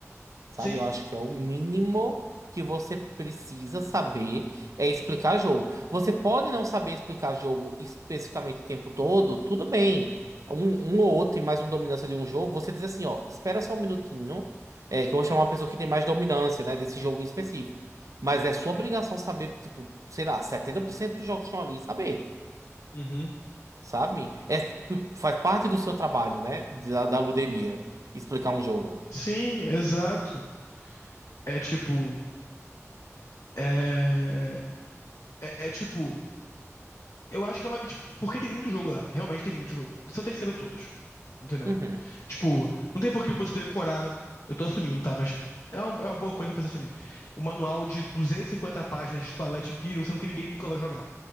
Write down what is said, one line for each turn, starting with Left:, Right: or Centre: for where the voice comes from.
Right: Sabe?
Left: Sim.
Right: Eu acho que é o mínimo que você precisa saber é explicar jogo. Você pode não saber explicar jogo especificamente o tempo todo, tudo bem. Um, um ou outro tem mais uma dominância de um jogo, você diz assim, ó, espera só um minutinho, é, que eu vou chamar uma pessoa que tem mais dominância, né, desse jogo em específico. Mas é sua obrigação saber, tipo, sei lá, 70% dos jogos que estão ali, saber,
Left: Uhum.
Right: sabe? É, tipo, faz parte do seu trabalho, né, da, da luderia, explicar um jogo.
Left: Sim, exato. É tipo. É, é, é é, tipo. Eu acho que é uma. Tipo, porque tem muito jogo lá. Realmente tem muito jogo. Você não tem que saber todos. Entendeu?
Right: Uhum.
Left: Tipo, não tem por que você decorar. Eu tô assumindo, tá? Mas é uma, é uma boa coisa pra você assumir. O manual de 250 páginas de Twilight Imperium, sendo que ninguém nunca vai jogar.